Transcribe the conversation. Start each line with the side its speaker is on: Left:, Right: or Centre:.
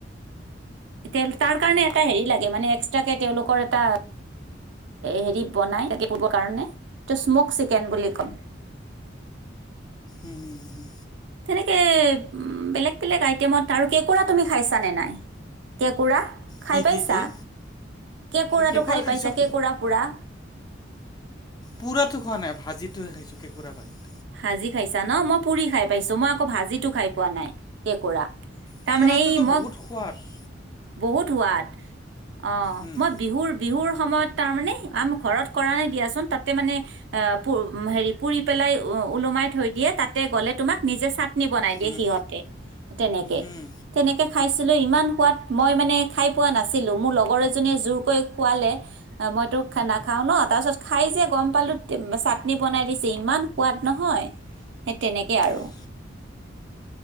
Right: তেওঁ তাৰ কাৰণে এটা হেৰি লাগে মানে এক্সট্ৰাকে তেওঁলোকৰ এটা হেৰি বনাইৰ কাৰণে ত স্মক চিকেন বুলি ক'ম
Left: উম উম
Right: তেনেকে বেলেগ বেলেগ আইটেমত আৰু কেঁকোৰা তুমি খাইছানে নাই? কেঁকোৰা। খাই
Left: কি
Right: পাইছা
Left: কি কি
Right: কেঁকোৰাটো
Left: কেঁকোৰা
Right: খাই
Left: খাইছোঁ
Right: পাইছা কেঁকোৰা পুৰা
Left: পুৰা খোৱা নাই ভাজিহে খাইছো কেঁকুৰা ভাজি
Right: ভাজি খাইছা ন মই পুৰি খাই পাইছো মই আকৌ ভাজিতো খাই পোৱা নাই কেঁকুৰা
Left: সেই
Right: তাৰমানে
Left: কৰাটোতো
Right: এই মই
Left: বহুত সোৱাদ
Right: বহুত সোৱাদ অ
Left: উম,
Right: মই বিহুৰ বিহুৰ সময়ত তাৰ মানে আমি ঘৰত কৰা নাই দিয়াচোন তাতে মানে অ' প হেৰি পুৰি পেলাই ওলমাই থৈ দিয়ে তাতে গ'লে তোমাক নিজে চাদ বনাই দিয়ে
Left: উম,
Right: সিহঁতে তেনেকে
Left: উম,
Right: তেনেকে খাইছিলো মই মানে ইমান সোৱাদ মই মানে খাই পোৱা নাছিলো মো লগৰ এজনীয়ে জোৰ কৰি খোৱালে মইতো নাখাওঁ ন, তাৰপিছত খাই যে গম পালোঁ চাটনি বনাই দিছে ইমান সোৱাদ নহয়, সেই তেনেকে আৰু।
Left: উম,